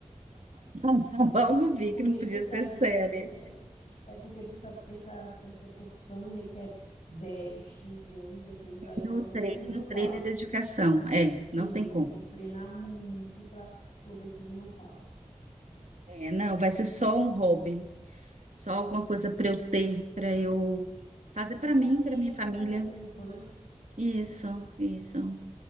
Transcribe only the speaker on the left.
É porque
tu sabe,
é, é porque tu sabe que essa, essa profissão requer 10, 15 anos de aprendizagem
para poder
subir no palco.
E
isso
tem que treinar muito para poder subir no palco.
Passatempo,
um passatempo, né?